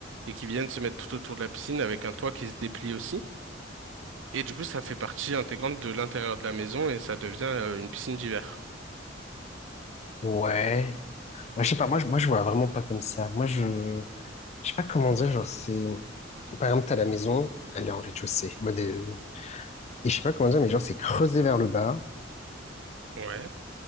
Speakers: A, on the right; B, on the left.
A: et qui viennent se mettre tout autour de la piscine avec un toit qui se déplie aussi. Et du coup, ça fait partie intégrante de l'intérieur de la maison et ça devient euh, une piscine d'hiver.
B: ouais. Moi, je sais pas, moi, je- moi, je vois vraiment pas comme ça. Moi, je. Je sais pas comment dire, genre, c'est. Par exemple, t'as la maison, elle est en rez-de-chaussée. Moi, des- Et je sais pas comment dire, mais genre, c'est creusé vers le bas.
A: Ouais.